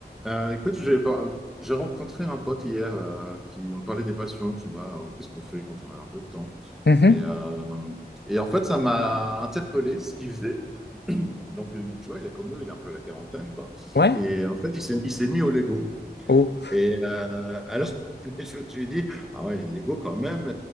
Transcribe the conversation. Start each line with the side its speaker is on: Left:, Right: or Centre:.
Centre: Euh, écoute, j'ai j'ai rencontré un pote hier euh, qui on parlait des passions, tu vois, euh, qu'est-ce qu'on fait quand on a un peu de temps.
Left: Mhm.
Centre: Et, euh, et en fait, ça m'a interpellé ce qu'il faisait. Donc, euh, tu vois, il est comme nous, il est un peu à la quarantaine, quoi.
Left: Ouais.
Centre: Et en fait, il s'est il s'est mis au Lego.
Left: Oh.
Centre: Et euh, alors, <laughs> je me suis dit, ah ouais, les Lego quand même.